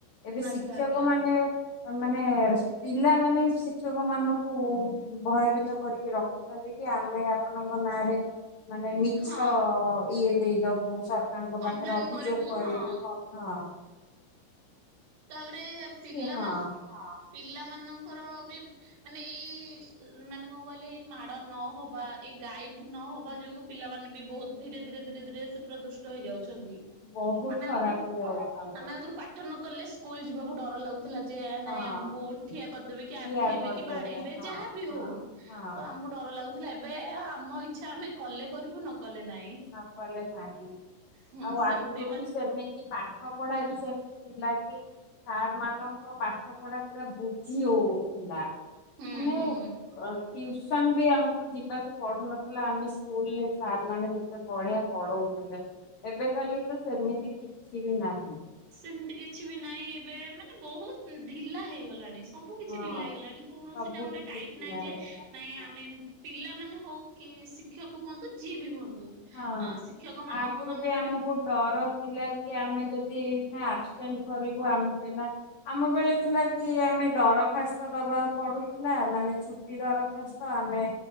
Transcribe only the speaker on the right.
ଆଜ୍ଞା ଆଜ୍ଞା
ହଁ
କମ୍ପ୍ଲେନ
ହଁ
ତା'ପରେ-ଏ ପିଲା
ମା, ପିଲାମାନଙ୍କର ବି ମାନେ ଏଇ-ଇ ମାନେ କଣ କହିଲେ! ଏଇ ମାଡ ନହବା, ଏଇ ଗାଇଡ୍ ନହବା ଯୋଗୁଁ ପିଲାମାନେ ବି ବହୁତ ଧୀରେ ଧୀରେ ଧୀରେ ଧୀରେ ସେ ପୁରା ଦୁଷ୍ଟ ହେଇଯାଉଛନ୍ତି।
ଆମେ ଆଗରୁ,
ଆମେ ଆଗରୁ ପାଠ ନକଲେ ସ୍କୁଲ ଯିବାକୁ ଡର ଲାଗୁ ଥିଲା ଯେ ନାଇଁ,
ଆମକୁ ଠିଆ କରିଦେବେ, କି ଆଣ୍ଠେଇବେ,
କି ବାଡେଇବେ,
ଯାହାବି
ହେଉ
ତ ଆମକୁ ଡର ଲାଗୁଥିଲା। ଏବେ ଆମ ଇଚ୍ଛା, ଆମେ କଲେ କରିବୁ ନ କଲେ ନାଇଁ।
ହୁଁ
ସେମିତି
ବା
ହୁଁ
ହୁଁ।
ସେମିତି କିଛି ବି ନାହିଁ, ଏବେ ମାନେ ବହୁତ ଢିଲା ହେଇଗଲାଣି ସ ସବୁ କିଛି
ଢିଲା ହେଇଗଲାଣି। କୌଣସି
ଟା ଗୋଟେ
ଟାଇଟ୍
ନାହିଁ ଯେ, ନାଇଁ
ଆମେ ପିଲାମାନେ ହଉ କି ଶିକ୍ଷକ ହୁଅନ୍ତୁ ଯିଏ ବି ହୁଅନ୍ତୁ।
ଆଁ ଶିକ୍ଷକ ମାନଙ୍କ
ମନରେ
ବି